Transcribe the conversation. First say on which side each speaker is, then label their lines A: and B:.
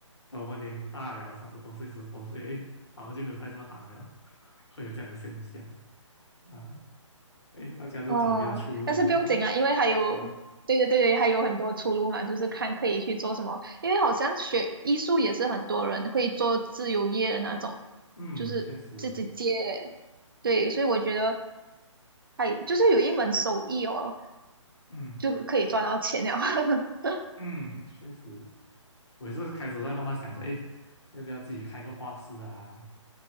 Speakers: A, on the left; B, on the right.
A: 等我们年龄大了，三十多岁、四十多岁，诶，反而就没有在这行了，<laughs> 会有这样的现象，啊，诶，大家就找别的出路了啊，
B: 哦，但是不用紧啊，因为还有，
A: 啊，
B: 对对对，还有很多出路嘛，就是看可以去做什么，因为好像学艺术也是很多人会做自由业的那种，
A: 嗯，
B: 就是自己接，
A: 确实，
B: 对，所以我觉得。还就是有一门手艺哦，
A: 嗯
B: 就可以赚到钱了。<laughs>
A: 嗯，嗯确实，我也是开始在慢慢想着，哎，要不要自己开个画室啊，